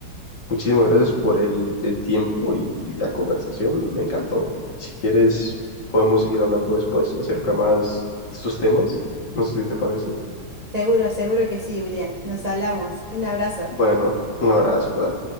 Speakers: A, on the left (about 50°); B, on the right (about 20°).
A: muchísimas gracias por
B: Mm.
A: el, el tiempo y la conversación, me encantó. Si quieres, podemos seguir hablando después acerca más de estos temas, no sé si te parece.
B: Seguro, seguro que sí, William. Nos hablamos. Un abrazo.
A: Bueno, un abrazo, dale.